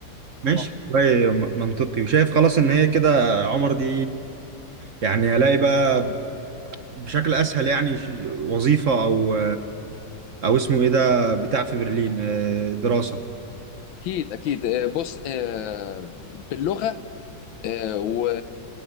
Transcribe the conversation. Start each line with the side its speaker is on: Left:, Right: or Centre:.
Right: ماشي
Left: صراحه
Right: والله م- منطقي وشايف خلاص ان هي كده يا عمر دي يعني هلاقي بقى بشكل اسهل يعني ش- وظيفه او او اسمه ايه ده بتاع في برلين آه، دراسه
Left: اكيد اكيد آه، بص آه، باللغه آه، و